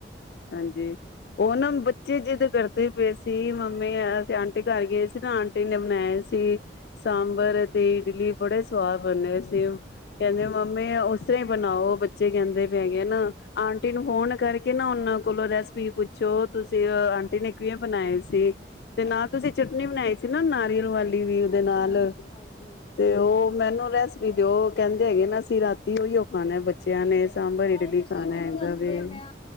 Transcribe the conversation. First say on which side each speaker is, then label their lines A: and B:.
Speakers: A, on the left; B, on the left.
A: ਹਾਂਜੀ। ਉਹ ਨਾ ਬੱਚੇ ਜਿੱਦ ਕਰਦੇ ਪਏ ਸੀ ਮੰਮੀ, ਅਸੀਂ ਆਂਟੀ ਘਰ ਗਏ ਸੀ <unintelligible> ਆਂਟੀ ਨੇ ਬਣਾਏ ਸੀ ਸਾਂਬਰ ਤੇ ਇਡਲੀ ਬੜੇ ਸਵਾਦ ਬੰਨੇ ਸੀ
B: ਹਾਂਜੀ ਹਾਂਜੀ
A: ਕਹਿੰਦੇ ਮੰਮੀ ਓਥੇ ਬਣਾਓ ਬੱਚੇ ਕਹਿੰਦੇ ਹੈਗੇ ਨਾ ਆਂਟੀ ਨੂੰ ਫੋਨ ਕਰ <unintelligible> <unintelligible> ਵੀ ਪੁੱਛੋ ਤੁਸੀਂ, ਆਂਟੀ ਨੇ ਕਿਵੇਂ ਬਣਾਏ ਸੀ? ਤੇ ਨਾਲ ਤੁਸੀਂ ਚਟਨੀ ਬਣਾਈ ਸੀ ਨਾ ਨਾਰੀਅਲ ਵਾਲੀ ਵੀ ਉਹਦੇ
B: ਹਾਂਜੀ
A: ਨਾਲ
B: ਹਾਂਜੀ ਹਾਂਜੀ
A: ਤੇ ਉਹ ਮੈਨੂੰ ਰੇਸਪੀ ਵੀ ਦਿਓ, ਕਹਿੰਦੇ ਹੈਗੇ ਨਾ ਅਸੀਂ ਰਾਤੀ ਓਯੋ ਖਾਣਾ ਬੱਚਿਆਂ ਨੇ ਸਾਂਬਰ ਇਡਲੀ
B: ਅਰੇ ਤੁਸੀਂ
A: ਖਾਣਾ
B: ਮੈਨੂੰ
A: ਹੈਗਾ
B: ਦੱਸਦੇ,
A: ਵੇ
B: ਮੈਂ